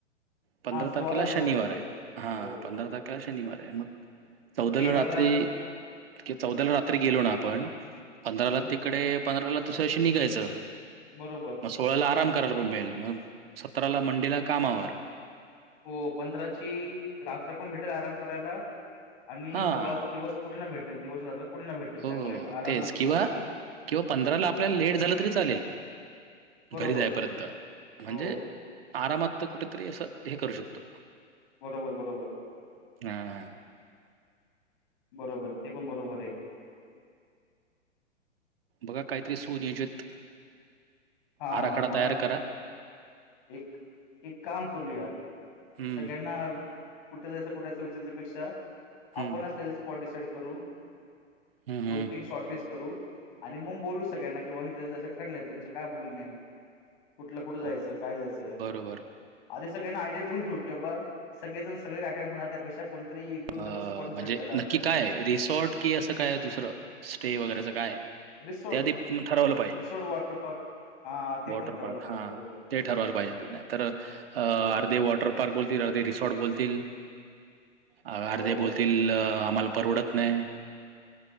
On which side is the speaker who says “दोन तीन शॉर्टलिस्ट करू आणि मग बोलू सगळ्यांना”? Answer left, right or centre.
Left